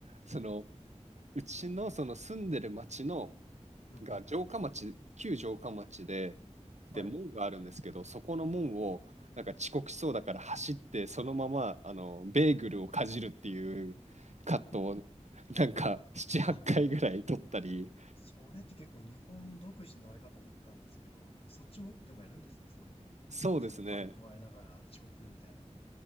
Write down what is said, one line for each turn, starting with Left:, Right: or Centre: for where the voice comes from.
Right: その、うちのその住んでる町の
Left: うん、うん、
Right: が城下町、
Left: うん。
Right: 旧城下町で、で、
Left: はい。
Right: 門があるんですけど、そこの門をなんか遅刻しそうだから走って、そのままあのベーグルをかじるっていうカットをなんか7、
Left: うん
Right: 8回ぐらい撮ったり、
Left: あ、それって結構日本独自のあれかと思ったんですけど、いそっちもでもやるんですね、そういうの。
Right: そうですね、
Left: そのパン加えながら遅刻みたいな。